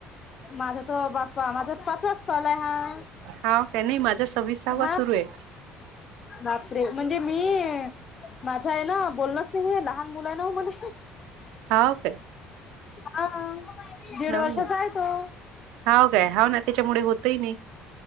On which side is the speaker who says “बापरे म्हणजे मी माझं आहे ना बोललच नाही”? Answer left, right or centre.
Left